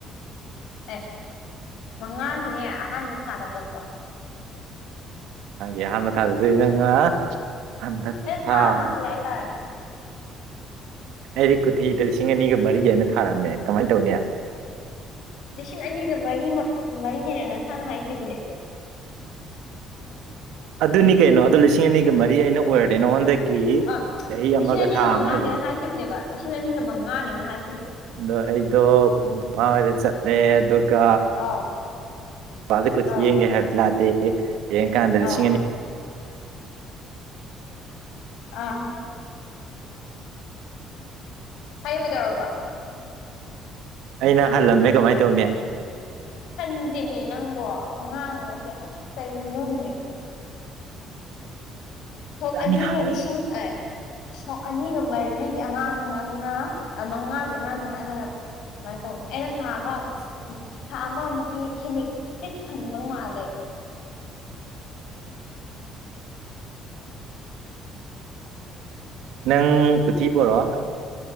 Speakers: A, on the left; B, on the right.
A: ꯑꯦ ꯃꯉꯥꯒꯤꯅꯦ ꯑꯍꯥꯟꯕ ꯊꯥꯗ ꯄꯣꯛꯄ
B: ꯦ ꯍꯥꯟꯕ ꯊꯥꯗ ꯅꯪ ꯍꯟꯗ
A: ꯑꯩꯅ
B: ꯊꯥꯕ
A: ꯊꯥ ꯑꯃ ꯍꯜꯂꯦ ꯍꯥꯏꯇꯥꯔꯦ
B: ꯑꯩꯗꯤ ꯀꯨꯊꯤꯗ ꯂꯤꯁꯤꯡ ꯑꯅꯤꯒ ꯃꯔꯤꯑꯅ ꯊꯥꯔꯛꯑꯝꯃꯦ ꯀꯃꯥꯏꯅ ꯇꯧꯅꯤ
A: ꯂꯤꯁꯤꯡ ꯑꯅꯤꯒ ꯃꯔꯤꯃꯛ ꯃꯔꯤꯅꯦꯅ ꯅꯁꯥꯅ ꯍꯥꯏꯈꯤꯕꯅꯦ
B: ꯑꯗꯨꯅꯤ ꯀꯩꯅꯣ ꯑꯗꯨ ꯂꯤꯁꯤꯡ ꯑꯅꯤꯒ ꯃꯔꯤ ꯑꯩꯅ ꯑꯣꯏꯔꯦ ꯅꯉꯣꯟꯗꯒꯤ
A: ꯑ
B: ꯆꯍꯤ
A: ꯂꯤꯁꯤꯡ
B: ꯑꯃꯒ
A: ꯑꯅꯤꯒ
B: ꯊꯥ
A: ꯃꯉꯥꯅꯦꯅ
B: ꯑꯃ ꯍꯜꯂ
A: ꯍꯥꯏꯈꯤꯕꯅꯦꯕ ꯂꯤꯁꯤꯡ ꯑꯅꯤꯒ ꯃꯉꯥꯅꯦꯅ ꯍꯥꯏ
B: ꯑꯗꯣ ꯑꯩꯗꯣꯃꯥꯡꯗ ꯆꯠꯂꯦ ꯑꯗꯨꯒ
A: ꯑꯥꯎ
B: ꯉ ꯊ
A: ꯑꯥꯎ
B: ꯌꯦꯡꯒꯦ ꯍꯥꯏꯕꯗꯤ ꯌꯥꯗꯦ ꯌꯦꯡꯀꯥꯟꯗ
A: ꯑꯥꯎ
B: ꯂꯤꯁꯤꯡ ꯑꯅꯤ
A: ꯑꯥ ꯍꯥꯏꯌꯨꯕꯗꯧꯔꯕ
B: ꯑꯩꯅ ꯍꯜꯂꯝꯃꯦ ꯀꯃꯥꯏꯅ ꯇꯧꯅꯤ
A: ꯈꯟꯗꯦꯅꯦ ꯅꯪꯕꯣ ꯑꯉꯥꯡꯉꯁꯦ ꯑ ꯀꯔꯤꯅꯅꯨꯡꯍꯦ ꯁꯣꯛ
B: ꯌꯥꯝ
A: ꯑꯅꯤꯒ
B: ꯍꯜ
A: ꯂꯤꯁꯤꯡ ꯑꯦ ꯁꯣꯛ ꯑꯅꯤꯒ ꯃꯔꯤꯒꯤ ꯑꯉꯥꯡ ꯅꯪꯅ ꯃꯉꯥꯒꯤ ꯑꯉꯥꯡ ꯅꯅꯪ ꯑꯩꯉꯣꯟꯗ ꯑꯗꯨꯨꯃꯥꯏꯅ ꯇꯧ ꯑꯩꯅ ꯊꯥ ꯑꯃ ꯊꯥ ꯑꯃꯃꯨꯛꯀꯤ ꯈꯦꯃꯤꯠ ꯆꯤꯠ ꯍꯟꯕꯧ ꯃꯥꯜꯂꯦ
B: ꯅꯪ ꯈꯨꯠꯇꯤ ꯄꯔꯣ